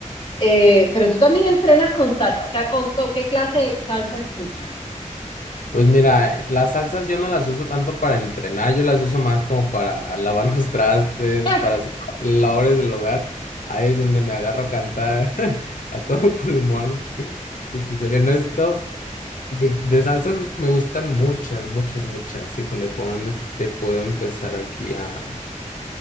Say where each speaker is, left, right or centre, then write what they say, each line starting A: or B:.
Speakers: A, on the left; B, on the left.
A: Eh, pero tú también entrenas con salsa. ¿O, ca- o- o qué clase de salsa escuchas?
B: Pues mira, las salsas yo no las uso tanto para entrenar, yo las uso más como para lavar <laughs> los trastes,
A: <laughs>
B: para hacer labores del hogar. Ahí es donde me agarro a cantar <laughs> a todo pulmón, si te soy honesto. Y de de salsas me gustan muchas, muchas, muchas. Híjole, ¿por dónde te puedo empezar aquí a,